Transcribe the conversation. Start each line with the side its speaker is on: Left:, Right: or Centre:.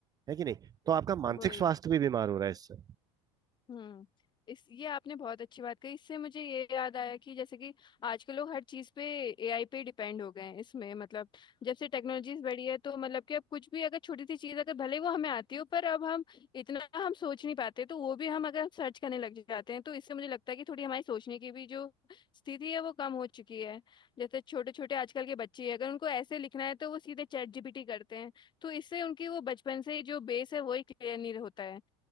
Right: है कि नहीं तो आपका मानसिक
Left: वही
Right: स्वास्थ्य भी बीमार हो रहा है इससे
Left: हम्म इस ये आपने बहुत अच्छी बात कही इससे मुझे ये याद आया कि जैसे कि आजकल लोग हर चीज पे एआई पे डिपेंड हो गए हैं इसमें मतलब जब से टेक्नोलॉजीज बढ़ी है तो मतलब कि अब कुछ भी अगर छोटी सी चीज अगर भले ही वो हमें आती हो पर अब हम इतना हम सोच नहीं पाते तो वो भी हम अगर सर्च करने लग जाते हैं तो इससे मुझे लगता है कि थोड़ी हमारी सोचने की भी जो स्थिति है वो कम हो चुकी है जैसे छोटे छोटे आजकल के बच्चे हैं, अगर उनको ऐसे लिखना है तो वो सीधे चैट जीपीटी करते हैं तो इससे उनकी वो बचपन से ही जो बेस है वही क्लियर नहीं होता है